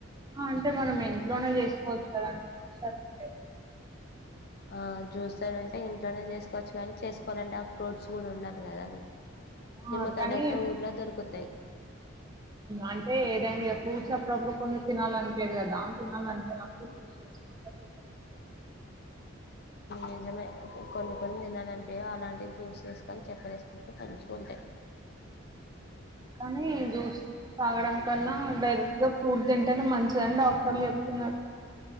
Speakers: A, on the right; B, on the left.
A: అంటే మనం ఇంట్లోనే చేసుకోవచ్చు కదండ్ సతే
B: ఆ జ్యూసర్ ఉంటే ఇంట్లోనే చేసుకోవచ్చు కానీ చేసుకోవాలంటే ఆ ఫ్రూట్స్ కూడా ఉండాలి కదా అండి
A: ఆ!
B: నిమ్మకాయలు
A: కానీ
B: అయితే ఊర్లో దొరుకు తయి
A: అంటే ఏదైనా ఇగ ఫ్రూట్స్ అప్పుడప్పుడు కొన్ని తినాలనిపియదు కదా తినాలంటే నాకు జ్యూస్ చేసుకుంటే బెటర్
B: నిజమే కొన్ని కొన్ని తినాలనిపియావు అలాంటివి జ్యూస్ చేసుకొని చెక్కెరేసుకుంటే మంచిగుంటయి
A: కానీ జ్యూస్ తాగడం కన్నా డైరెక్ట్ గా ఫ్రూట్ తింటేనే మంచిదని డాక్టర్లు చెప్తున్నారు